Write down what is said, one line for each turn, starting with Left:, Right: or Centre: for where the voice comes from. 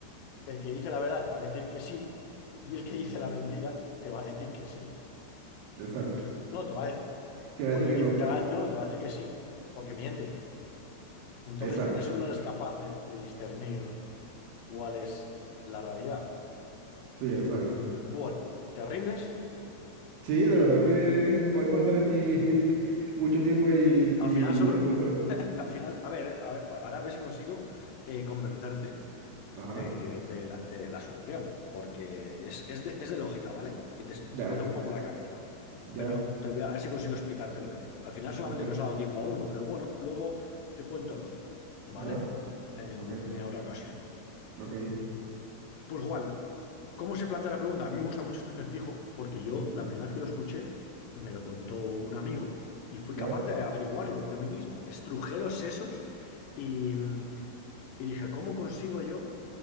Left: el que dice la verdad te va a decir que sí, y el que dice la mentira te va a decir que sí.
Right: exacto.
Left: No, te va a,
Right: Te va
Left: Bueno,
Right: a decir que
Left: el
Right: no.
Left: que te va a, no, te va a decir que sí, porque miente. Entonces,
Right: Exacto.
Left: por eso no es capaz de, de discernir cuál es la realidad.
Right: Sí, exacto.
Left: Bueno, ¿te rindes?
Right: Sí, de verdad que podemos estar aquí <laughs> mucho tiempo y,
Left: Al
Right: y
Left: final
Right: no
Left: solo,
Right: lo encuentran.
Left: <laughs> al final, a ver, a ver, bueno, ahora a ver si consigo eh, convencerte
Right: Ajá.
Left: de, de la, de la solución, porque es, es de, es de lógica, ¿vale? Y te, te
Right: Ya,
Left: explota un poco la cabeza,
Right: ya,
Left: pero te voy a, a ver si consigo explicártelo bien. Al final solamente
Right: ok,
Left: nos ha dado tiempo a uno, pero bueno, luego te cuento el otro, ¿vale?
Right: ya,
Left: en
Right: ok,
Left: en otra ocasión.
Right: ok.
Left: Pues Juan, ¿Cómo se plantea la pregunta? A mí me gusta mucho este acertijo porque yo
Right: ujú,
Left: la primera vez que lo escuché me lo contó un amigo y fui
Right: Ya.
Left: capaz de averiguarlo por mí mismo. Me estrujé los sesos y, y dije, ¿cómo consigo yo